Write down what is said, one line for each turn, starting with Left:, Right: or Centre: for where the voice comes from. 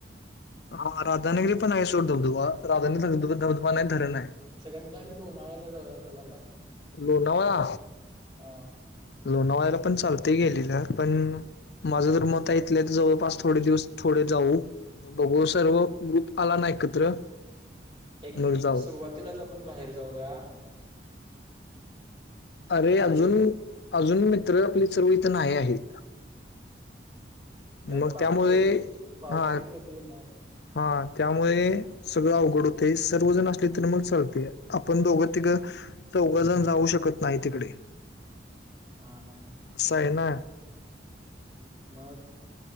Left: हा राधानगरी पण आहे सोर धबधबा राधानी धबधुबा बधुबा नाही धरण आहे.
Right: सगळ्यात भारी लोणावळ्याला जाऊया चला लांब.
Left: लोणावळा
Right: अ
Left: लोणावळ्याला पण चालतय गेल्यावर पण. माझं जर मत हाय हिथल्या हिथं तर जवळपास थोडे दिवस थोडे जाऊ. बघू सर्व ग्रुप आला नाही एकत्र.
Right: एक
Left: मग जाऊ
Right: सुरुवातीलाच आपण बाहेर जाऊया,
Left: अरे!
Right: म्हणजे
Left: अजून, अजून मित्र आपली सर्व इथ नाही आहेत.
Right: त्यात
Left: मग
Right: पाऊस
Left: त्यामुळे
Right: एक पाऊस
Left: हा
Right: एक कधी येणार
Left: हा त्यामुळे सगळं अवघड होते सर्वजण असले तर मग चालते आपण दोघं, तिघं. चौघंजण जाऊ शकत नाही तिकडे.
Right: हा हा हा
Left: असं आहे ना.
Right: मग